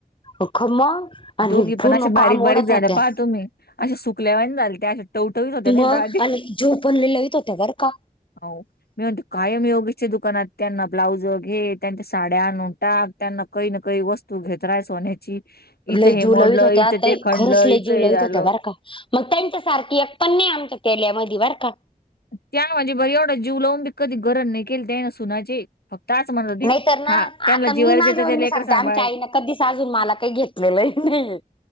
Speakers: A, on the left; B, on the left.
A: अख मग आणि
B: दोघी
A: पूर्ण
B: पण अशे बारीक-बारीक
A: काम ओढत
B: झालं
A: होत्या
B: पाहा तुम्ही अशे सुकल्यावन झालत्या. टवटवीत होत्या नाही
A: मग
B: दाढी
A: आणि जेव पण लिल्लवित होतेय बरं का?
B: हाव मी म्हणते कायम योग च्या दुकानात त्यांना ब्लाउज घे त्यांच्या साड्या नोटा त्यांना काही न काही वस्तू घेत राहा सोन्याची. हिचं
A: लई
B: हे
A: जीव लवित
B: मोडलं
A: होत्या
B: हिचं
A: ताई
B: ते खणलं
A: खरंच लई
B: हिचं
A: जेऊ
B: हे
A: लवित
B: झालं
A: होत्या बरं का. मग त्यांच्यासारखी एक पण नाही आमच्या केल्यामध्ये वर का.
B: त्या म्हणजे बरी एवढा जीव लावून बी कधी गरम नाही केलत्या ना सुनाचे. फक्त असं म्हणत होती
A: नाहीतर ना
B: हा त्यांना
A: आता
B: जिवारीचेत
A: मी माझ्यावर
B: ते
A: मी
B: लेकर
A: सांगते
B: सांभाळ.
A: आमच्या आईनं कधीच अजून मला काही घेतलेलं ही नाही आहे.